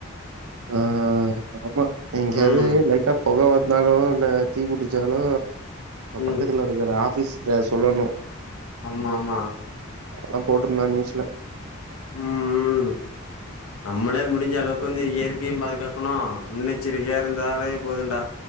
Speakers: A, on the right; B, on the left.
A: ஆ ஆமா எங்கேயாவது
B: ம்,
A: லைட்டா பொக வரு இருந்தாலு இல்ல தீ புடிச்சாலு
B: ம்.
A: பக்கத்துல இருக்கற ஆஃபீஸ்ல சொல்லணு
B: ஆமாமா
A: அதெல்லா போட்ருந்தா நியூஸ்ல
B: ம் ம் நம்மளே முடிஞ்ச அளவுக்கு வந்து இயற்கையையும் பாதுகாக்கணு முன்னெச்சரிக்கையா இருந்தாலே போதுன்டா